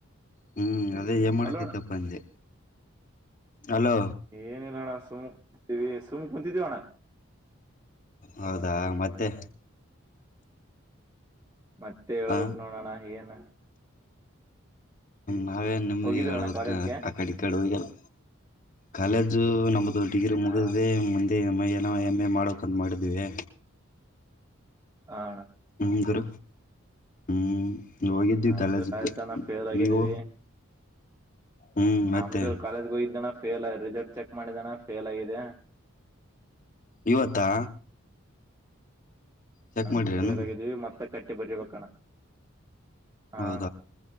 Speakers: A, on the left; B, on the right.
A: ಹ್ಮ್ ಅದೇ ಏನ್ ಮಾಡತಿದ್ದಪ್ಪ
B: ಹಲೋ ಅಣ್ಣ
A: ಅಂದೆ. ಹಲೋ
B: ಏನಿಲ್ಲ ಅಣ್ಣ ಸುಮು ಕೂತಿದ್ವಿ ಸುಮಕ್ ಕುಂತಿದ್ದೀವಣ್ಣ.
A: ಹೌದಾ ಮತ್ತೆ.
B: ಮತ್ತೆ ಹೇಳ್ಬೇಕಕ್
A: ಹ
B: ನೋಡೋಣ ಏನ್.
A: ನಾವೇನ್ ನಿಮಗೆ
B: ಹೋಗಿದ್ದೀರಣ್ಣ
A: ಹೇಳಕ್
B: ಕಾಲೇಜ್ಗೆ
A: ಆ ಕಡೆ ಕಡೆ ಹೋಗಲ್ಲ ಕಾಲೇಜು ನಮ್ದ. ಡಿಗ್ರಿ ಮುಗದೇ
B: ಹಾ
A: ಮುಂದೆ ಎ ಏನೋ ಎಮ್ ಎ ಮಾಡಬೇಕು ಅಂತಾ ಮಾಡಿದ್ವಿ.
B: ಹಾ ಅಣ್ಣಾ.
A: ಹ್ಮ್ಂತರ ಹ್ಮ್. ಹೋಗಿದ್ವಿ
B: ನಮ್ದು
A: ಕಾಲೇಜಕ್ಕೆ
B: ಆಯ್ತ ನಾ ಫೇಲ್ ಆಗಿದ್ದೀವಿ.
A: ನೀವು ಹ್ಮ್
B: ನಮದು
A: ಮತ್ತೆ
B: ಕಾಲೇಜ್ಗ್ ಹೋಗಿದ್ ಅನ. ಫೇಲ್ ರಿಸಲ್ಟ್ ಚೆಕ್ ಮಾಡಿದಾನ ಫೇಲ್ ಆಗಿದೆ.
A: ಇವತ್ತಾ. ಚೆಕ್
B: ಹ
A: ಮಾಡ್ರೇನು
B: ಫೇಲಾಗಿದೀವಿ ಮತ್ತೆ ಕಟ್ಟಿ ಬರಿಬೇಕಣ. ಹಾ
A: ಹೌ
B: ಅಣ್ಣ